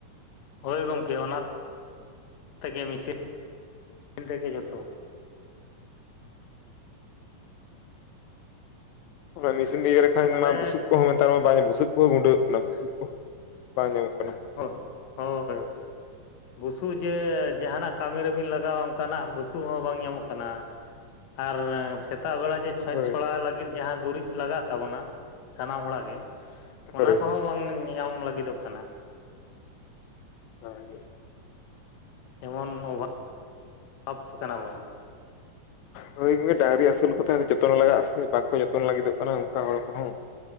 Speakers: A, on the left; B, on the left.
A: ᱦᱳᱭ ᱜᱚᱢᱠᱮ ᱚᱱᱟ <unintelligible> ᱛᱮᱜᱮ ᱢᱤᱥᱤᱱ ᱛᱮᱜᱮ ᱡᱚᱛᱚ
B: ᱚᱱᱟ ᱢᱮᱥᱤᱱ ᱨᱮ ᱤᱭᱟᱹ ᱞᱮᱠᱷᱟᱱ
A: ᱛᱟᱦᱚᱞᱮ
B: ᱢᱟ ᱵᱩᱥᱩᱵ ᱠᱚᱦᱚᱸᱼᱼ ᱱᱮᱛᱟᱨ ᱢᱟ ᱵᱟᱝ ᱵᱩᱥᱩᱵ ᱠᱚ ᱜᱩᱸᱰᱟᱹᱜ ᱠᱟᱱᱟ, ᱵᱩᱥᱩᱵ ᱠᱚ ᱵᱟᱝ ᱧᱟᱢᱚᱜ ᱠᱟᱱᱟ᱾
A: ᱦᱳᱭ, ᱦᱳᱭ-ᱦᱳᱭ ᱾ ᱵᱩᱥᱩᱵ ᱡᱮ ᱡᱟᱦᱟᱱᱟᱜ ᱠᱟᱹᱢᱤ ᱨᱮᱵᱤᱱ ᱞᱟᱜᱟᱣᱟ ᱚᱱᱠᱟᱱᱟᱜ ᱵᱩᱥᱩᱵ ᱦᱚᱸ ᱵᱟᱝ ᱧᱟᱢᱚᱜ ᱠᱟᱱᱟ᱾ ᱟᱨ ᱥᱮᱛᱟᱜ ᱵᱮᱲᱟ ᱡᱮ ᱪᱷᱚᱸᱪ
B: ᱦᱳᱭ
A: ᱪᱷᱚᱲᱟᱣ ᱞᱟᱹᱜᱤᱫᱼᱼ ᱡᱟᱦᱟᱸ ᱜᱩᱨᱤᱡᱽ ᱞᱟᱜᱟᱜ ᱛᱟᱵᱚᱱᱟ, ᱥᱟᱱᱟᱢ ᱦᱚᱲᱟᱜ ᱜᱮ
B: ᱦᱳᱭ
A: ᱚᱱᱟ ᱠᱚᱦᱚᱸ
B: ᱦᱳᱭ
A: ᱵᱟᱝ ᱧᱟᱢ ᱞᱟᱹᱜᱤᱫᱚᱜ ᱠᱟᱱᱟ᱾ ᱠᱟᱱᱟ᱾
B: ᱱᱚᱣᱟᱜᱤ᱾
A: ᱮᱢᱚᱱ ᱚᱵᱷᱟᱵᱽ, ᱚᱷᱟᱵᱽ ᱠᱟᱱᱟ ᱵᱚᱱ᱾
B: ᱦᱳᱭ ᱜᱚᱝᱠᱮ ᱰᱟᱝᱨᱤ ᱟᱹᱥᱩᱞ ᱠᱚ ᱛᱟᱦᱮᱸ ᱫᱚ ᱡᱚᱛᱚᱱ ᱞᱟᱜᱟᱜᱼᱟ ᱥᱮ ᱵᱟᱝᱠᱚ ᱡᱚᱛᱚᱱ ᱞᱟᱹᱜᱤᱫᱚᱜ ᱠᱟᱱᱟ ᱚᱱᱠᱟ ᱦᱚᱲ ᱠᱚᱦᱚᱸ᱾